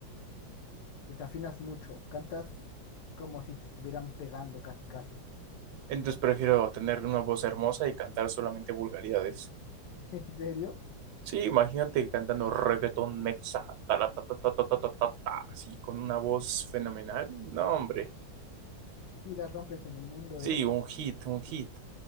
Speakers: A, on the left; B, on the right.
A: desafinas mucho, cantas como si te estuvieran pegando casi, casi.
B: Entonces prefiero tener una voz hermosa y cantar solamente vulgaridades.
A: <laughs> ¿En serio?
B: Sí, imagínate cantando reggaetón mexa, tala, ta, ta, ta, ta, ta, ta, ta, ta, así con una voz fenomenal. No, hombre.
A: Si las rompes en el mundo,
B: Sí,
A: ¿eh?
B: un hit, un hit.